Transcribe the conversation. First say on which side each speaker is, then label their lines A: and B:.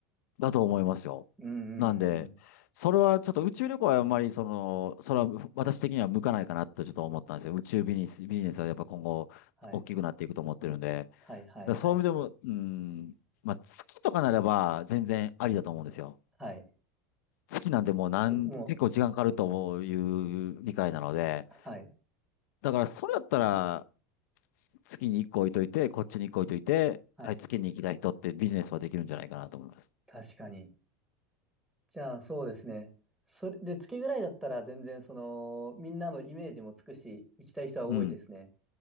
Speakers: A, on the left (about 80°); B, in the centre.
A: だと思いますよ。
B: うんうんうんうん。
A: なんで、それはちょっと宇宙旅行はあんまりその、それは私的には向かないかなとちょっと思ったんですよ。宇宙ビジネス、ビジネスはやっぱ今後大きくなっていくと思ってるんで。
B: はい。
A: だか
B: はいはいはい。
A: らそういう意味でも、うん、まあ月とかならば全然ありだと思うんですよ。
B: はい。
A: 月なんてもうなん結構時間かかるという理解なので。
B: うんもう、はい。
A: だからそれだったら
B: うん、
A: 月に一個置いといて、こっちに一個置いといて、
B: はい。
A: はい、月に行きたい人ってビジネスはできるんじゃないかなと思います。
B: 確かに。じゃあそうですね。それで、月ぐらいだったら全然その、みんなのイメージもつくし、行きたい人は多いですね。
A: うん。